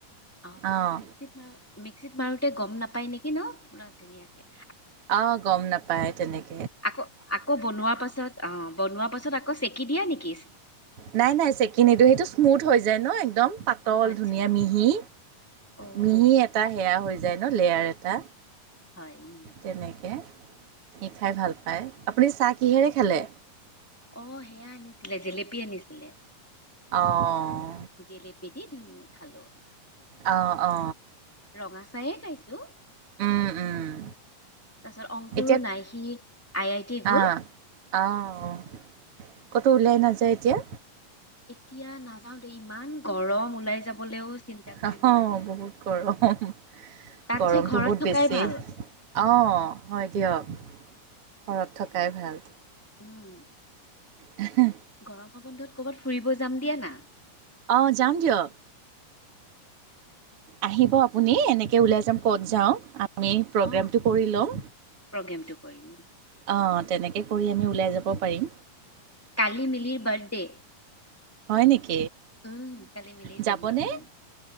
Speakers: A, in the centre; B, on the right.
A: আহ
B: অঁ
A: মিক্সিত মা মিক্সিত মাৰুতে গোটে গ'ম নাপায় নেকি ন পুৰা ধুনীয়াকে।
B: অ' গ'ম নাপায়াই তেনেকে।
A: আকৌ, আকৌ, বনোৱাৰ পাছত অ' বনোৱাৰ পাছত আকৌ চেকি দিয়া নেকি?
B: নাই নাই চেকি নিদিওঁ, সেইটো স্মুথ হৈ যায় নৈয়ে। একদম পাতল
A: অ' আচ্ছা
B: ধুনীয়া মিহি,
A: অ'
B: মিহি এটা সেয়া হৈ যা ডিজাইন লেয়াৰ এটা,
A: হয় উম
B: তেনেকে। সি খাই ভাল পায়, আপুনি চাহ কিহেৰে খালে?
A: অ' সেয়া আনিছিলে, জেলেপী আনিছিলে।
B: অ'হ।
A: জেলেপি দি খালো।
B: অ' অ'।
A: ৰঙা চাহয়ে খাইছো।
B: উম, উম।
A: তাৰপিছত অংকুৰো
B: এতিয়া,
A: নাই সি আই আই টি গ'ল
B: আহ অ' অ'। ক'তো ওলাই নাযায় এতিয়া?
A: এতিয়া নাযাও দে। ইমান গৰম ওলাই যাবলৈও চিন্তা কৰিব
B: অ'
A: লাগে।
B: বহুত গৰম,
A: তাতছে
B: গৰমটো
A: ঘৰত
B: বহুত
A: থকাই
B: বেছি।
A: ভাল
B: অ' হয় দিয়ক। ঘৰত থকাই ভাল।
A: উম।
B: <unintelligible>
A: গৰমৰ বন্ধত কৰ'বাত ফুৰিব যাম দিয়া না।
B: আহ, যাম দিয়ক। আহিব আপুনি, এনেকে ওলাই যাম ক'ত যাওঁ, আ আমি প্ৰগ্ৰেমটো
A: অ
B: কৰি ল'ম,
A: প্ৰগ্ৰেমটো কৰিম
B: অ'। তেনেকে কৰি আমি ওলাই যাব পাৰিম।
A: কালি মিলিৰ বাৰ্থডে।
B: হয় নেকি?
A: উম। কালি মিলিৰ
B: যাবনে?
A: জন্মদিন।